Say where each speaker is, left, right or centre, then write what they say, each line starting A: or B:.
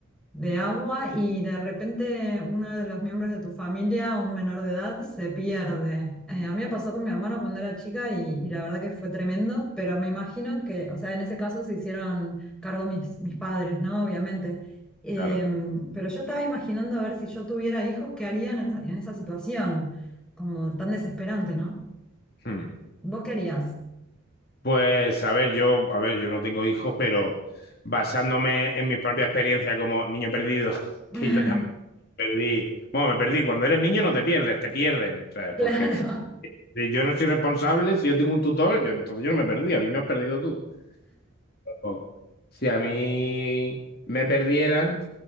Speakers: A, in the centre; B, on the left.
A: de agua y de repente uno de los miembros de tu familia, un menor de edad, se pierde. Eh, a mí me pasó con mi hermano cuando era chica y, y la verdad que fue tremendo, pero me imagino que, o sea, en ese caso se hicieron cargo mis, mis padres, ¿no? Obviamente. Em,
B: claro.
A: pero yo estaba imaginando a ver si yo tuviera hijos, ¿qué harían en, esa en esa situación? Como tan desesperante, ¿no?
B: Hmm.
A: ¿Vos qué harías?
B: Pues a ver, yo, a ver, yo no tengo hijos, pero basándome en mi propia experiencia como niño perdido, <laughs>
A: <laughs>
B: que yo también perdí. Bueno, me perdí. Cuando eres niño no te pierdes, te pierden, ¿sabes?
A: Claro.
B: Porque
A: <laughs>
B: si yo no soy responsable, si yo tengo un tutor, yo entonces yo no me perdí, a mí me has perdido tú. ojo, si a mí me perdieran,